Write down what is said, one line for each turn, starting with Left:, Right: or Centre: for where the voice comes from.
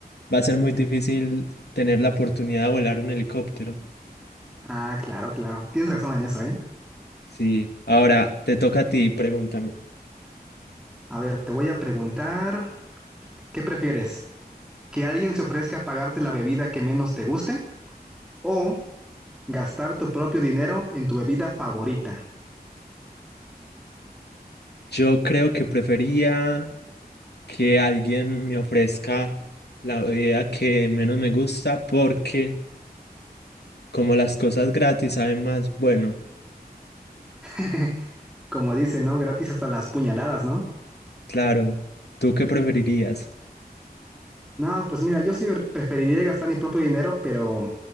Left: va a ser muy difícil tener la oportunidad de volar un helicóptero.
Centre: Ah, claro, claro. Tienes razón en eso, ¿eh?
Left: Sí, ahora te toca a ti, pregúntame.
Centre: A ver, te voy a preguntar, ¿qué prefieres? ¿Que alguien se ofrezca a pagarte la bebida que menos te guste? ¿O Gastar tu propio dinero en tu bebida favorita.
Left: Yo creo que prefería... que alguien me ofrezca la bebida que menos me gusta porque como las cosas gratis saben más, bueno,
Centre: <laughs> Como dice, ¿no? Gratis hasta las puñaladas, ¿no?
Left: claro, ¿tú qué preferirías?
Centre: No, pues mira, yo sí preferiría gastar mi propio dinero, pero